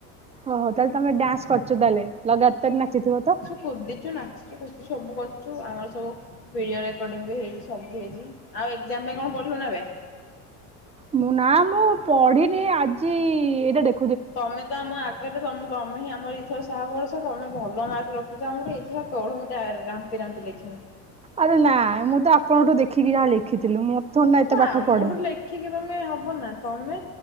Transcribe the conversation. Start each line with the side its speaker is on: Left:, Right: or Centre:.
Right: ଓହୋ ତାହେଲେ ତମେ ଡ୍ୟାନ୍ସ କରିଛ ତାହେଲେ ଲଗାତାର ନାଚିଥିବ ତ?
Left: କୋଦିଚୁ ନାଚିଛୁ ଖୋଛୁ ସବୁ କରୁଛୁ ଆମର ସବୁ ଭିଡିଓ ରେକର୍ଡିଙ୍ଗ ବି ହେଇଛି ସବୁ ହେଇଛି। ଆଉ ଏକ୍ଜାମ ପାଇଁ କଣ ପଢିଲୁ ନା ଏବେ?
Right: ମୁଁ ନା ମୁଁ ପଢିନି ଆଜି ଏଇଟା ଦେଖ
Left: ତମେ ତ ଆମ ଆ ଗେରେ ତମ ତମେ ଆମର ଏଥର ସାହା ଭରଷା ତମେ ଭଲ ମାର୍କ ରଖୁଛ ଆମର। ଦେଖିଆ ତଳୁ ଗୋଟେ ର ରମିକି ଏରା ଏମିତି ଲେଖିମ।
Right: ଆରେ ନାଇଁ ମୁଁ ଆପଣଙ୍କଠୁ ଦେଖିକି ଯାହା ଲେଖିଥିଲି। ଥୋଡି ନା ଏତେ
Left: ସେ
Right: ପାଠ
Left: ଆମଠୁ
Right: ପଢେ।
Left: ଲେଖିକି ତମେ ହବ ନା ତମେ